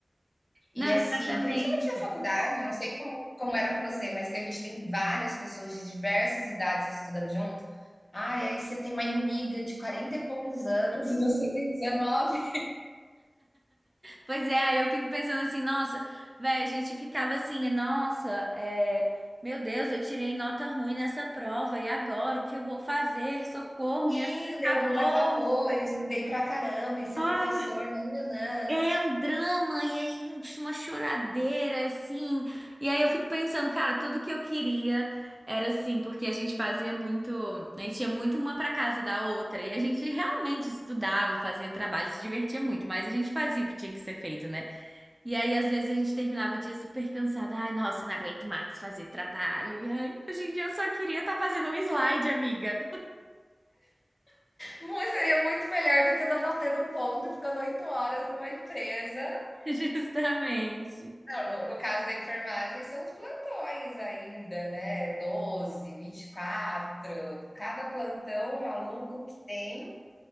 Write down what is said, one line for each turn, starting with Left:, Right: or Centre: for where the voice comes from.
Left: E
Right: não,
Left: assim,
Right: exatamente.
Left: principalmente na faculdade, eu não sei como como era para você, mas que a gente tem várias pessoas de diversas idades estudando junto. Ai, aí você tem uma inimiga de 40 e poucos anos e você tem 19.
Right: Pois é, aí eu fico pensando assim, nossa, velho, a gente ficava assim, nossa, é, meu Deus, eu tirei nota ruim nessa prova, e agora o que eu vou fazer? Socorro,
Left: "Sim,
Right: minha vida
Left: meu
Right: acabou.
Left: mundo acabou, eu estudei pra caramba e ser
Right: Ah,
Left: professor, nã-nã-nã".
Right: É um drama, e aí um- uma choradeira, assim. E aí eu fico pensando, cara, tudo que eu queria era assim, porque a gente fazia muito. A gente ia muito uma pra casa da outra, e a gente realmente estudava, fazia trabalho, se divertia muito, mas a gente fazia o que tinha que ser feito, né? E aí, às vezes, a gente terminava o dia super cansada. Ai, nossa, não aguento mais fazer trabalho. E ai, hoje em dia eu só queria estar fazendo um slide, amiga.
Left: Muito- Seria muito melhor do que estar batendo ponto e ficando oito horas numa empresa.
Right: <laughs> Justamente.
Left: Não, no, no caso da enfermagem, são os plantões ainda, né? doze vinte e quatro cada plantão maluco que tem